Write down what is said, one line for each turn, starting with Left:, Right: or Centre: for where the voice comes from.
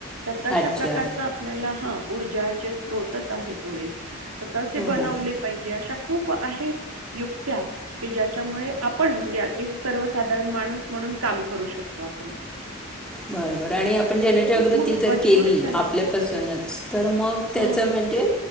Right: तर तशा
Centre: अच्छा
Right: प्रकारच आपल्याला हा ऊर्जाचे होतच आहे तो एक. तर तसे बनवले
Centre: हो
Right: पाहिजे अशा खूप आहेत युत्या की ज्याच्यामुळे आपण म्हणजे एक सर्वसाधारण माणूस म्हणून काम करू शकतो आप
Centre: बरोबर आणि आपण
Right: तर
Centre: जनजागृती
Right: हे खूप महत्त्वाची
Centre: जर केली
Right: गोष्ट आहे.
Centre: आपल्यापासूनच तर मग त्याच
Right: हं.
Centre: म्हणजे